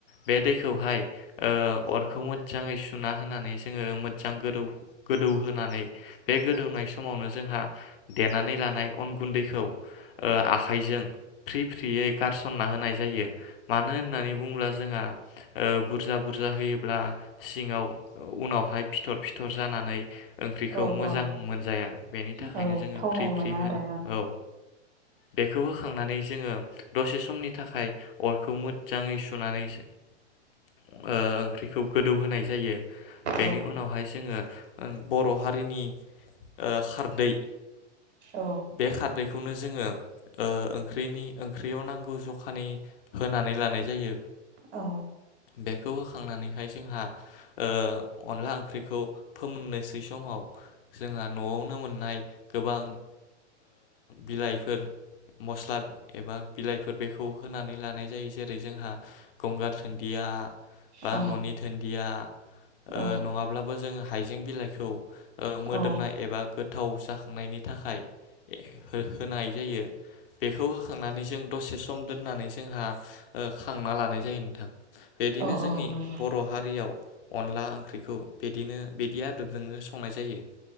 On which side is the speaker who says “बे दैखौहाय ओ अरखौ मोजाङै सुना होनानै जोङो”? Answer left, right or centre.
Left